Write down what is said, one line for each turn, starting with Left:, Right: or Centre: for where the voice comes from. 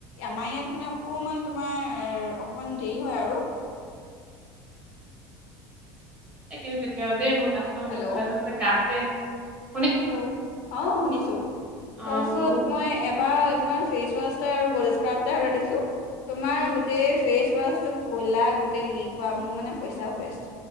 Left: আমাৰ ইয়াত মানে অকণমান তোমাৰ অকণমান দেৰি হয় আৰু।
Right: একে তেতিয়া পাঁশল্লি
Left: হেল্ল'
Right: কা ম গাত <unintelligible> তে
Left: হেল্ল' অ শুনিছো
Right: অ
Left: তাৰপিছত
Right: মোৰ
Left: মই এবাৰ তোমাৰ ফেচ ৱাছটোৱে আৰু বডী স্ক্ৰাব টোহে অৰ্ডাৰ দিছিলো। তোমাৰ
Right: উম
Left: গোটেই ফ্ৰেচ ৱাছটো খুলা, গোটেই লিক হোৱা মোৰ‌ মানে পইচা ৱেষ্ট।